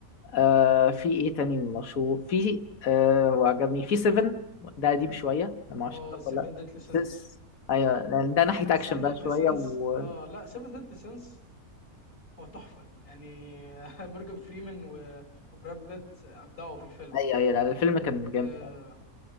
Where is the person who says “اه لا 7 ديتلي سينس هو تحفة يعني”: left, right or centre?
Left